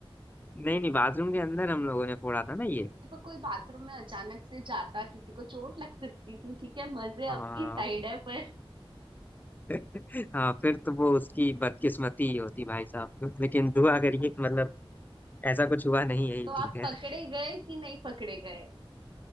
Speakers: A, on the left; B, on the right.
A: नहीं नहीं बाथरूम के अंदर हम लोगों ने फोड़ा था ना ये
B: पर कोई बाथरूम में अचानक से जाता किसी को चोट लग सकती थी ठीक है मजे
A: हाँ
B: अपनी साइड है पर
A: <laughs> हाँ फिर तो वो उसकी बदकिस्मती ही होती भाई साहब लेकिन दुआ करिए कि मतलब ऐसा कुछ हुआ नहीं है ये
B: तो आप
A: ठीक है
B: पकड़े गए कि नहीं पकड़े गए